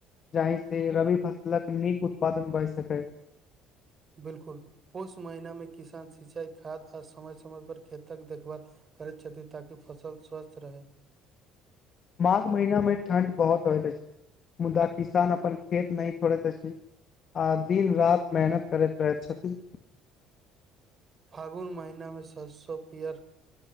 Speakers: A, on the left; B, on the right.
A: जाहि से रबी फसलक नीक उत्पादन भर सकै।
B: बिलकुल, पुस महीनामे किसान सिंचाई, खाद, और समय समय पर खेतक देखभाल करैत छथि ताकि फसल स्वस्थ रहै।
A: माघ महीना मे ठण्ड बहुत होइत अछि मुदा किसान अपन खेत नहीं छोड़ैत अछि। आ दिन रात मेहनत करैत रहैत छथि।
B: फागुन महिनामे सरसो पियर